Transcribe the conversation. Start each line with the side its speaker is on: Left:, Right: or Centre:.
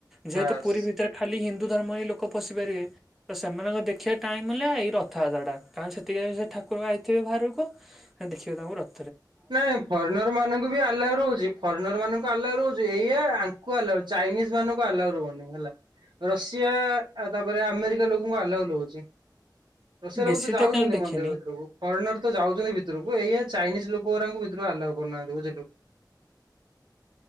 Centre: ଯେହେତୁ
Right: ବାସ୍।
Centre: ପୁରୀ ଭିତରେ ଖାଲି ହିନ୍ଦୁ ଧର୍ମ ହିଁ ଲୋକ ପଶିପାରିବେ ତ ସେମାନଙ୍କ ଦେଖିବା ଟାଇମ ହେଲା ଏଇ ରଥଯାତ୍ରା ଟା କାରଣ ସେତିକି ବେଳେ ସେ ଠାକୁର ଆାଇଥିବେ ବାହାରକୁ ସେ ଦେଖିବେ ତାଙ୍କୁ ର
Right: ନାଇଁ ଫରେନର ମାନଙ୍କୁ ବି ଆଲାଉ ରହୁଛି ଫରେନର ମାନଙ୍କୁ ଆଲାଉ ରହୁଛି। ଏଇଆ ଆଙ୍କୁ ଆଲାଉ ଚାଇନିଜ ମାନଙ୍କୁ ଆଲାଉ ରହୁନି ହେଲା। ରଷିଆ ତାପରେ ଆମେରିକା ଲୋକଙ୍କୁ ଆଲଉ ରହୁଛି। ରଷିଆ ଲୋକ
Centre: ବେଶୀ
Right: ତ ଯାଉଛନ୍ତି
Centre: କାହିଁ ଦେଖିନି
Right: ମନ୍ଦିର ଭିତରକୁ। ଫରେନର ତ ଯାଉଛନ୍ତି ଭିତରକୁ। ଏଇଆ ଚାଇନିଜ ଲୋକ ଗୋରାଙ୍କୁ ଭିତରୁ ଆଲାଉ କରୁନାହାନ୍ତି। ବୁଝିଲୁ।